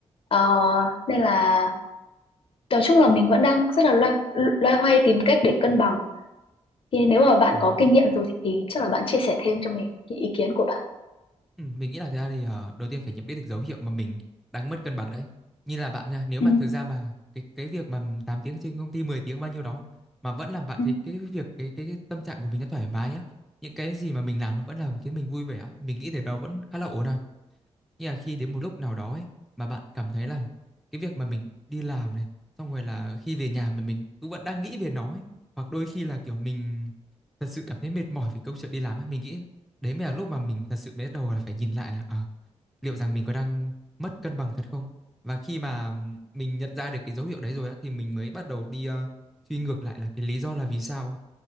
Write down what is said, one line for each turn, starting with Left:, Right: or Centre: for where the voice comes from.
Left: Ờ, nên là nói chung là mình vẫn đang rất là loay, loay hoay tìm cách để cân bằng thì nếu mà bạn
Centre: Ờ.
Left: có kinh nghiệm rồi thì chắc là bạn chia sẻ thêm cho mình những ý kiến của bạn
Centre: Ừ, mình nghĩ là thực ra thì ờ, đầu tiên phải nhận biết được dấu hiệu mà mình đang mất cân bằng đấy. Như là bạn nha, nếu
Left: ừ.
Centre: mà thực ra mà cái cái việc mà 8 tiếng trên công ty 10 tiếng bao nhiêu đó mà vẫn làm bạn
Left: ừ.
Centre: thấy cái việc cái cái, cái tâm trạng của mình nó thoải mái á, những cái gì mà mình làm nó vẫn làm khiến mình vui vẻ á, mình nghĩ thì đó vẫn khá là ổn à. Nhưng mà khi đến một lúc nào đó ấy, mà bạn cảm thấy là cái việc mà mình đi làm này, xong rồi là khi về nhà mình mình cũng vẫn đang nghĩ về nó ấy. Hoặc đôi khi là kiểu mình thật sự cảm thấy mệt mỏi vì câu chuyện đi làm ấy. Mình nghĩ đấy mới là lúc mà mình thật sự bắt đầu là phải nhìn lại là à, liệu rằng mình có đang mất cân bằng thật không? Và khi mà mình nhận ra được cái dấu hiệu đấy rồi á, thì mình mới bắt đầu đi ờ, truy ngược lại là cái lý do là vì sao.